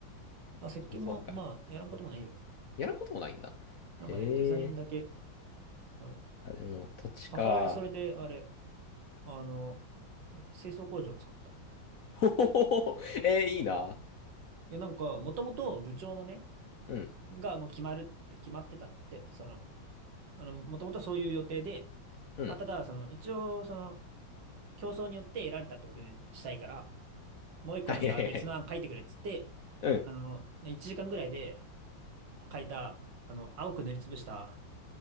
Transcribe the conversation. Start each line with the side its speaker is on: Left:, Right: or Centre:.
Right: まあ設計もまあやらんこともないよ。
Left: そうか。やらんこともないんだ。へえ。
Right: なんかね、デザインだけある。
Left: あ、でも、土地か。
Right: 母親それであれ、あの、清掃工場を作った。
Left: <laughs> ほほほほ。えー、いいな。
Right: いやなんか、もともと部長のね、
Left: うん、
Right: がもう決まるって決まってたんだって。その、あの、もともとそういう予定で、
Left: うん。
Right: まあ、ただ、その、一応、その、競争によって得られたってことにしたいから、もう一個なんか別の案書いてくれっつって、
Left: はいはいはい。うん、
Right: あの、1時間ぐらいで書いた、あの、青く塗りつぶした、